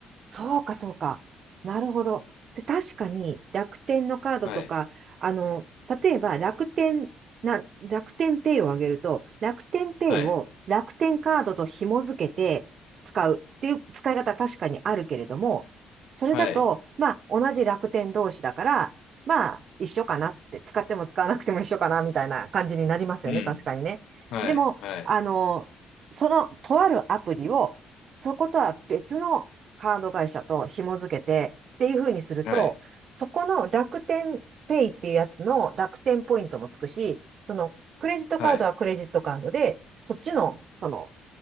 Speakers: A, on the right (about 55°); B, on the left (about 80°).
A: そうか、そうか。なるほど。で、確かに楽天のカードとか、
B: はい。
A: あの、例えば楽天、な、楽天ペイをあげると、楽天ペイを楽天カードと紐付けて使うっていう使い方確かにあるけれども、
B: はい。
A: それだと、
B: はい。
A: まあ、同じ楽天同士だから、まあ、一緒かなって、使っても使わなくても一緒かな、みたいな感じになりますよね、
B: うん。
A: 確かにね。
B: はい。
A: でも、
B: はい。
A: あの、その、とあるアプリを、そことは別のカード会社と紐付けてっていう風にすると、
B: はい。
A: そこの楽天ペイっていうやつの楽天ポイントもつくし、そのクレジットカードはクレジットカードで、
B: はい。
A: そっちの、その、